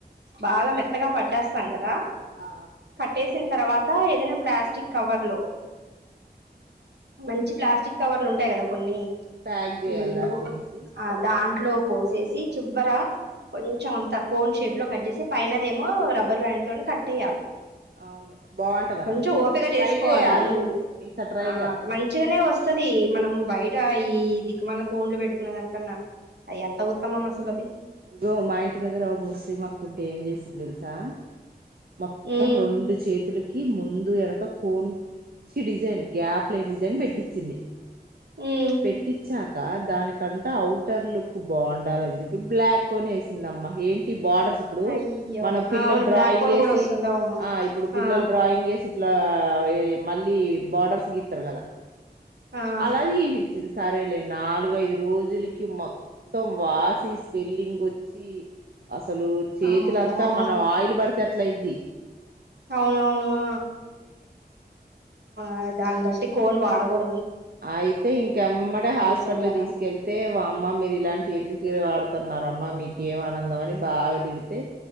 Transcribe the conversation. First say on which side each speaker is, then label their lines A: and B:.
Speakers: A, on the right; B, on the right.
A: బాగా మెత్తగా పట్టేస్తాం కదా
B: ఆ,
A: పట్టేసిం తర్వాత ఏదైనా ప్లాస్టిక్ కవర్ లో మంచి ప్లాస్టిక్ కవర్లు ఉంటాయి గదా కొన్ని
B: ప్యాక్ చేయాలి
A: ఈకు
B: దాంట్లో వేసి
A: ఆ దాంట్లో పోసేసి చివ్వర కొంచెం అంత కోన్ షేప్ లో కట్ చేసి పైనదేమో రబ్బర్ బ్యాండ్ తో కట్టెయ్యాలి
B: అవును బాగుంటది
A: కొంచెం
B: అట్లా
A: ఓపిక
B: ట్రై
A: చేసుకోవాలి
B: చేయాలి
A: అవు నువు
B: ఈసారి ట్రై
A: ఆ
B: చేత్తా
A: మంచిగానే వస్తది మనం బయట ఈ దిక్కుమాలిన కోన్లు పెట్టుకునే దానికన్నా ఎంత ఉత్తమం అసలు అది
B: ఇగో మా ఇంటి దగ్గర ముస్లిం అక్కుంటే ఏం చేసింది దెలుసా మొత్తం
A: ఉమ్
B: రెండు చేత్ తులకి ముందు వెనక కొచ డిజైన్ గ్యాప్ లేని డిజైన్ పెట్టించింది
A: ఉమ్
B: పెట్టిచ్చ దానికంటే అఔటర్ లుక్ బాగుండాలని చెప్పి బ్లాక్ అనే వేసింద అమ్మ ఏంటి బార్డర్ ఇప్పుడు
A: అయ్యో
B: మనం పిల్లలు
A: అవును
B: డ్రాయింగ్
A: బ్లాక్ కోన్
B: ఏ
A: కూడా
B: సి
A: వస్తుంది అవును
B: ఇప్పుడు పిల్లలు
A: ఆ
B: డ్రాయింగ్ ఏసి ఇట్లా మళ్ళీ బార్డర్స్ గీస్తారు కదా
A: ఆ
B: అలాగ చపించింది సరేలే నాలుగైఐదు రోజులకి మొత్తం వాస్ స్వెల్లింగ్ వచ్చి అసలు చేతులంతా
A: అమ్మో
B: మనం ఆయిల్ పడితే అట్లయ్ ద్ది
A: అవునవునువు అ దాన్ని బట్టి కోన్ వాడకూడ
B: అయితే ఇంకెమ్మడ హాస్పిటల్
A: చూసిన జనాలు
B: తీసుకెళ్తే వా అమ్మ మీ ఇలాంటి ఎందుకు వాడుతున్నారమ్మా మీకేం ఆనందం అని బాగా తిడ్ అయితే